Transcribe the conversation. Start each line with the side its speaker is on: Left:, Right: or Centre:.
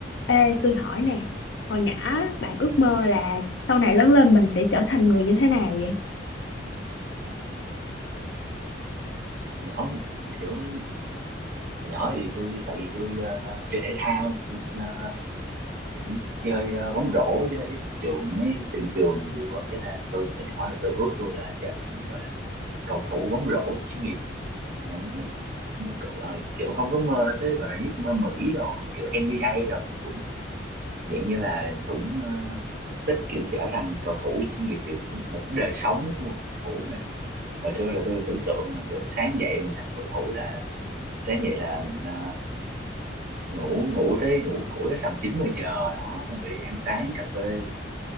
Left: Ê, tôi hỏi nè, hồi nhỏ bạn ước mơ
Right: Ừ.
Left: là sau này lớn lên mình sẽ trở thành người như thế nào vậy?
Right: nhỏ kiểu hồi nhỏ thì tôi tại vì tôi ờ, chơi thể thao tôi ờ, kiểu chơi ờ, bóng rổ với ờ, trường ấy tuyển trường nhiều á. cái là tôi hồi nhỏ là tôi ước tôi là trở thành gọi là cầu thủ bóng rổ chuyên nghiệp đấy mơ cậu- ờ, kiểu không có mơ tới gọi là giấc mơ Mỹ rồi kiểu NBA rồi mà cũng dạng như là cũng ờ, thích kiểu trở thành cầu thủ chuyên nghiệp kiểu một đời sống của một cầu thủ này hồi xưa là tôi tưởng tượng là kiểu sáng dậy mình làm cầu thủ là sáng dậy là mình ờ, ngủ ngủ tới ngủ ngủ tới tầm chín mười giờ đó xong rồi đi ăn sáng cà phê